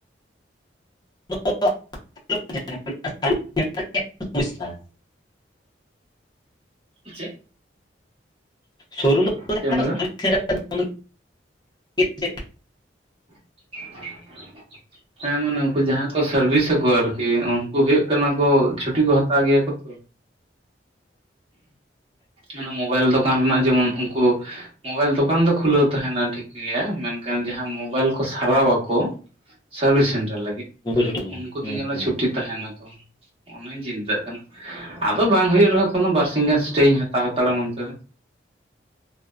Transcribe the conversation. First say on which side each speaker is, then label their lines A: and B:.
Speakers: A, on the left; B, on the right.
A: <unintelligible>
B: ᱪᱮᱫ
A: ᱥᱳᱨᱩᱢ
B: ᱪᱮᱫ ᱮᱢ ᱞᱟᱹᱭ ᱫᱟ
A: <unintelligible>
B: <unintelligible>
A: <inaudible>
B: ᱦᱮᱸ ᱢᱟᱱᱮ ᱩᱱᱠᱩ ᱡᱟᱦᱟᱸᱭ ᱠᱚ ᱥᱟᱨᱵᱷᱤᱥᱟᱠᱚ ᱟᱨᱠᱤ ᱩᱱᱠᱩ ᱦᱩᱭᱩᱜ ᱠᱟᱱᱟ ᱠᱚ ᱪᱷᱩᱴᱤ ᱠᱚ ᱦᱟᱛᱟᱣ ᱜᱮᱭᱟ ᱠᱚ ᱛᱚ ᱚᱱᱟ ᱢᱚᱵᱟᱭᱤᱞ ᱫᱚ ᱫᱚᱠᱟᱱ ᱨᱮᱱᱟᱜ ᱡᱮᱢᱚᱱ ᱩᱱᱠᱩ ᱢᱳᱵᱟᱭᱤᱞ ᱫᱚᱠᱟᱱ ᱫᱚ ᱠᱷᱩᱞᱟᱹᱣ ᱛᱟᱦᱮᱱᱟ ᱴᱷᱤᱠ ᱜᱮᱭᱟ ᱢᱮᱱᱠᱷᱟᱱ ᱡᱟᱦᱟᱸ ᱢᱳᱵᱟᱭᱤᱞ ᱥᱟᱨᱣᱟ ᱠᱚ ᱥᱟᱨᱵᱷᱤᱥ ᱥᱮᱱᱴᱟᱨ ᱞᱟᱹᱜᱤᱫ,
A: ᱦᱩᱸ
B: ᱩᱱᱠᱩ
A: ᱦᱩᱸ
B: ᱫᱚ ᱧᱮᱞ ᱢᱮ ᱪᱷᱩᱴᱤ ᱛᱟᱦᱮᱱᱟ ᱠᱚ ᱚᱱᱟᱧ ᱪᱤᱱᱛᱟᱹᱜ ᱠᱟᱱᱟ ᱟᱫᱚ ᱵᱟᱝ ᱦᱩᱭᱩᱜ ᱨᱮᱦᱚᱸ ᱠᱳᱱᱳ ᱵᱟᱨᱥᱤ ᱜᱟᱱ ᱥᱴᱮᱧ ᱦᱟᱛᱟᱣ ᱦᱟᱛᱟᱲᱟ ᱱᱚᱱ ᱛᱮ ᱨᱮ